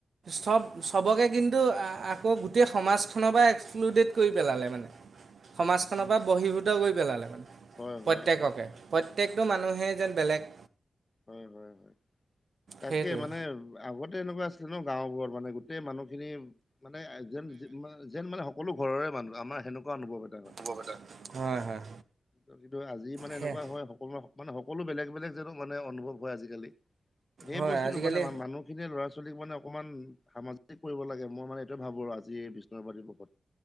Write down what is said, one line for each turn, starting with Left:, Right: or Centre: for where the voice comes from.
Right: চব চবকে কিন্তু আ আকৌ গোটেই সমাজ খনৰ পৰা এক্সক্লুডেড কৰি পেলালে মানে। সমাজখনৰ
Left: উম,
Right: পৰা বহিঃভূত কৰি পেলালে মানে
Left: হয়,
Right: প্ৰত্যেককে।
Left: হয়, হয়,
Right: প্ৰত্যেকটো মানুহে যেন বেলেগ
Left: হয় হয় হয় তাকে
Right: সেইটোৱে
Left: মানে আগতে এনেকুৱা আছিলে ন গাঁওবোৰত মানে গোটেই মানুহখিনি মানে যেন যে মানে যেন মানে সকলো সকলো ঘৰৰে মানুহ আমাৰ সেনেকুৱা অনুভৱ হয়।
Right: হ'ব এটা হয় হয়
Left: <unintelligible> কিন্তু আজি মানে
Right: সেয়া
Left: এনেকুৱা হয় সকলো মানে সকলো বেলেগ বেলেগজন মানে অনুভৱ হয় আজিকালি সেই
Right: হয়
Left: বস্তুটো
Right: আজিকালি
Left: মানে মানুহ সেইখিনি ল'ৰা ছোৱালীক মানে অকণমান সামাজিক কৰিব লাগে, মই মানে এইটোয়ে ভাবো আৰু আজি বিষ্ণু ৰাভা দিৱসত।